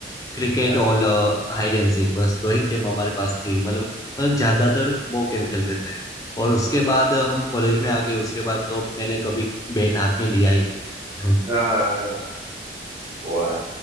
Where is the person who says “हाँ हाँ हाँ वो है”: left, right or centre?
Right